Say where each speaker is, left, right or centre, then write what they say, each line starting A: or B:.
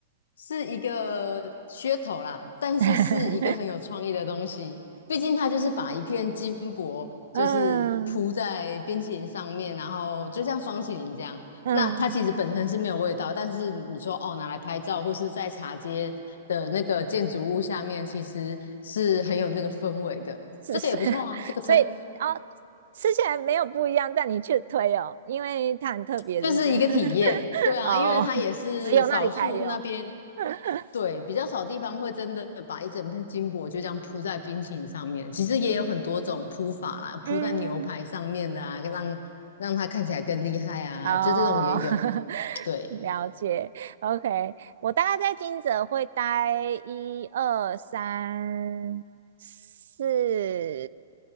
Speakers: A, on the left; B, on the right.
A: 是一个噱头啦，但是是一个很有创意的东西。
B: <laughs>
A: 毕竟它就是把一片金箔就是铺在冰淇淋上面，
B: 嗯
A: 然后就像双淇淋这样。
B: 嗯，
A: 那它其实本身是没有味道，但是你说哦拿来拍照或是在茶街的那个建筑物下面，其实是很有那个氛围的。
B: 是是，
A: 这个也不错啊，
B: <laughs>
A: 这个推。
B: 所以啊哦，吃起来没有不一样，但你却推哦，因为它很特别，
A: 就是一个体验。
B: 对不对？<laughs>
A: 对啊，
B: 哦，
A: 因为它也是少数那边，
B: 只有那里才有。<laughs>
A: 对，比较少地方会真的把一整片金箔就这样铺在冰淇淋上面。其实也有很多种铺法啦，
B: 嗯，
A: 铺在牛排上面的啊，让让它看起来更厉害啊，
B: 哦，
A: 就这种也有。
B: <laughs>
A: 对，
B: 了解。OK，我大概在金泽会待一二三四